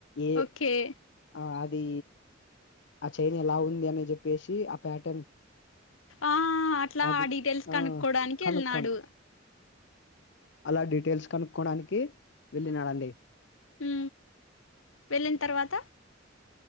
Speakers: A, on the left; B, on the left.
A: ఏ
B: ఓకే.
A: ఆ అది ఆ చైన్ ఎలా ఉంది అని చెప్పేసి ఆ ప్యాటర్న్.
B: ఆ అట్లా
A: అది
B: ఆ డీటెయిల్స్
A: ఆ
B: కనుక్కోడానికి
A: కనుక్కోండి
B: ఎల్లినాడు.
A: అలా డీటెయిల్స్ కనుక్కోడానికి వెళ్ళినాడండి.
B: హు వెళ్ళిన తర్వాత